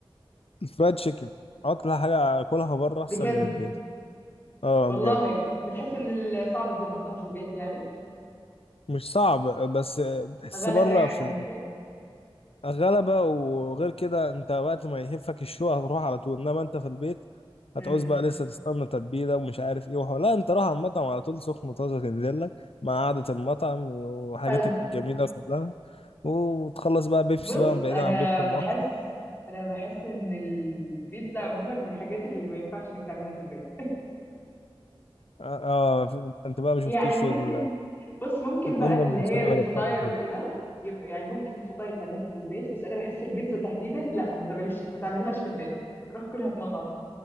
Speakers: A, on the left; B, on the left.
A: الفرايد تشيكن اطلع حاجه اكلها بره احسن
B: بجد
A: من البيت اه
B: والله
A: بجد
B: بتحس إن ال- صعب تظبطها في البيت يعني
A: مش صعب بس بحس
B: غلبة
A: بره
B: يعني
A: في
B: ممكن
A: غلبة وغير كده انت وقت ما يهفك الشوق هتروح على طول انما انت في البيت
B: امم
A: هتعوز بقى لسه تستنى تتبيلة ومش عارف ايه وحوار لا انت راح على المطعم على طول سخن طازة تنزل لك مع قعدة المطعم وحاجاتك
B: حلو
A: الجميلة كلها وتخلص بقى بيبسي
B: بص
A: بقى بعيدا
B: انا
A: عن بيبسي
B: بحس
A: المطعم
B: انا بحس ان البيتزا عموما من الحاجات اللي ما ينفعش انك تعملها في البيت
A: اه اه، انت بقى ما شفتيش
B: يعني ممكن
A: ال-
B: بص ممكن
A: الأمة
B: بقى اللي
A: المصرية
B: هي الفطاير
A: وهي بتعمل
B: وكده يبقى يعني ممكن الفطاير تعملها في البيت بس انا بحس البيتزا تحديدا لا ما تعملش ما تعملهاش في البيت روح كلها في مطعم